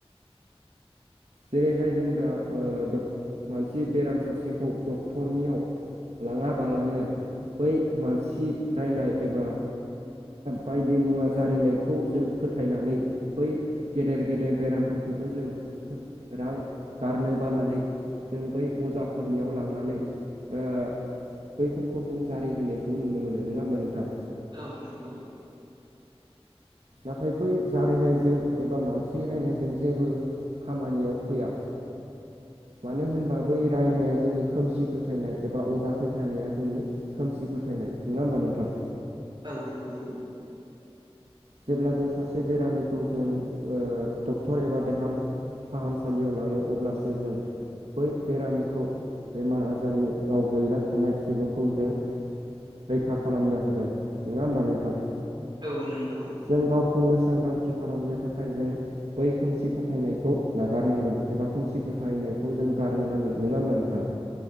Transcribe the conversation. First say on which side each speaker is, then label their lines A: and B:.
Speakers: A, on the right; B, on the right.
A: जेरैहाय जों दा ओ मानसि बेराम सासेखौ डक्टरनियाव लाङाबालानो बै मानसि नायनाय एबा बायदि मुवा जारिनायखौ जों फोथायनानै बै गेदेर गेदेर बेरामफोरखौबो जों रां गारनो बानानै जों बै अजाफोरनियाव लांनानै ओ बैफोरखौ जों जारिहैनायखौ नुनो मोनो नङा ओमबा नोंथां
B: औ नंगौ
A: नाथाय बै जारिनायजों एबा मानसि रायनायजों जेबो खामानियाव फैया मानो होनबा बै रायनाया जोंनि खोमसि फोथायनाय एबा अजा फोथायनाया जोंनि खोमसि फोथायनाय नङा ओमबा नोंथां
B: औ नंगौ
A: जेब्ला जों सासे बेरामिखौ जों डक्टर एबा देहाम फाहामसालियाव लाङो अब्लासो जों बै बेरामिखौ बेमार आजारनि गाव गोलैना थानाय सुबुंखौ जों रैखा खालामनो हागोन नङा ओमबा नोंथां?
B: औ नंगौ।
A: जों गावखौनो सांग्रांथि खालामनो थाखाय जों। बै खोमसि फोथायनायखौ नागारनांगोन एबा खोमसि फोथायनायखौ जों गारनो नांगोन नङा ओमबा नोंथां?